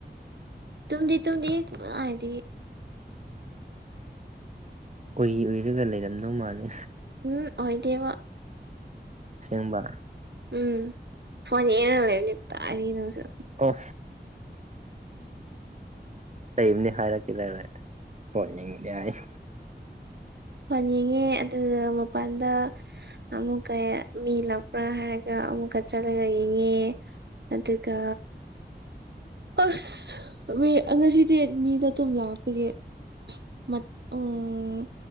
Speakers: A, on the right; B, on the right.
A: ꯇꯨꯡꯗꯤ ꯇꯨꯡꯗꯤ ꯍꯥꯏꯗꯤ
B: ꯎꯏ ꯎꯏꯔꯒ ꯂꯩꯔꯝꯗꯧ ꯃꯥꯜꯂꯦ
A: ꯎꯝ ꯑꯣꯏꯗꯦꯕ
B: ꯁꯦꯡꯕ
A: ꯎꯝ ꯐꯣꯟ ꯍꯦ ꯂꯩꯦꯅꯤ ꯇꯥꯔꯤꯅꯧꯁꯨ
B: ꯑꯣ ꯂꯩꯕꯅꯤ ꯍꯥꯏꯔꯛꯀꯦ ꯂꯔ ꯐ ꯀ ꯍꯥꯏꯏ
A: ꯐꯣꯟ ꯌꯦꯡꯉꯦ ꯑꯗꯨꯒ ꯃꯄꯥꯟꯗ ꯑꯃꯨꯛꯀꯌꯦ ꯃꯤ ꯂꯥꯛꯄ꯭ꯔꯥ ꯍꯥꯏꯔꯒ ꯑꯃꯨꯛꯀ ꯆꯠꯂꯒ ꯌꯦꯡꯉꯦ ꯑꯗꯨꯒ ꯑꯁ ꯍ ꯉꯁꯤꯗꯤ ꯃꯤꯗ ꯑꯗꯨꯝ ꯂꯥꯛꯄꯒꯦ ꯃꯠ ꯎꯝ